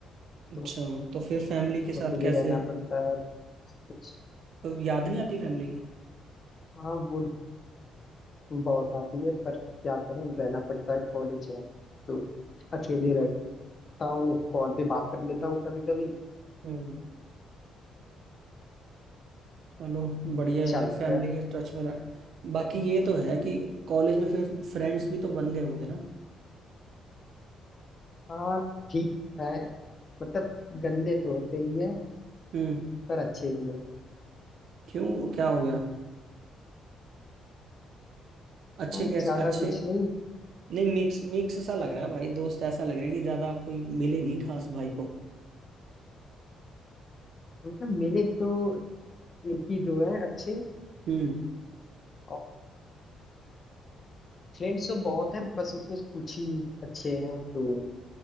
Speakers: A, on the right; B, on the left.
A: अच्छा
B: तो
A: तो फिर फैमिली के साथ
B: अकेले
A: कैसे
B: रहना पड़ता है कुछ
A: तो याद नहीं आती फैमिली की
B: हाँ वो बहुत आती है पर क्या करें रहना पड़ता है कॉलेज है तो अकेले रहता हूँ कॉल पे बात कर लेता हूँ कभी कभी
A: हम्म चलो बढ़िया
B: अच्छा
A: है यार
B: लगता
A: फैमिली
B: है
A: के टच में रह बाकी ये तो है कि कॉलेज में फिर फ्रेंड्स भी तो बन गए होंगे ना
B: हाँ ठीक है मतलब गंदे तो होते ही है
A: हम्म
B: पर अच्छे भी हैं
A: क्यों क्या हो गया अच्छे
B: हाँ
A: कैसे
B: ज्यादा
A: अच्छे
B: कुछ नहीं
A: नहीं मिक्स मिक्स सा लग रहा है भाई दोस्त ऐसा लग रहा है कि ज्यादा कोई मिले नहीं खास भाई को
B: मतलब मिले तो एक ही दो हैं अच्छे
A: हम्म
B: और फ्रेंड्स तो बहुत हैं बस उसमें से कुछ ही अच्छे हैं तो